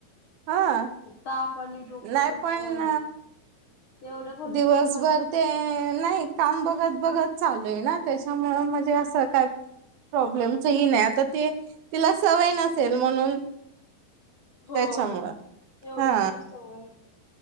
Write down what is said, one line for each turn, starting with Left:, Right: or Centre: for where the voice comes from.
Right: हा
Left: ताप आणि डोकं
Right: नाही
Left: दुखायला
Right: पण
Left: लागलं. एवढं पण
Right: दिवसभर
Left: फोन बरा नसतो.
Right: ते नाही. काम बघत बघत चालूय ना. त्याच्यामुळ म्हणजे असं काय प्रॉब्लेमच ही नाय. आता ते तिला सवय नसेल म्हणून
Left: होय
Right: त्याच्यामुळ.
Left: एवढी
Right: हा.
Left: कुठली सवय.